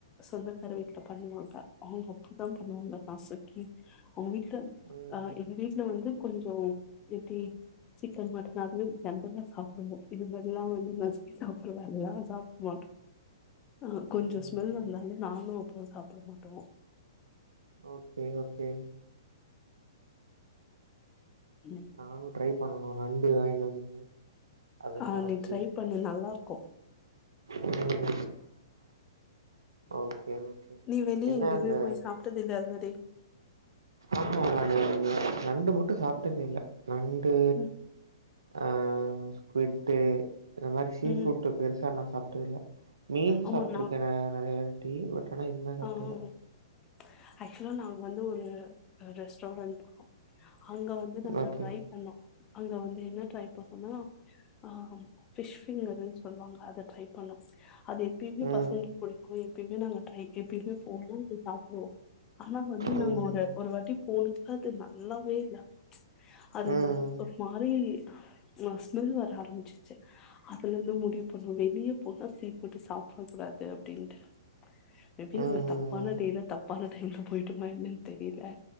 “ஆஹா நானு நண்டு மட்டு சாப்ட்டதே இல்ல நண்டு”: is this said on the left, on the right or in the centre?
Right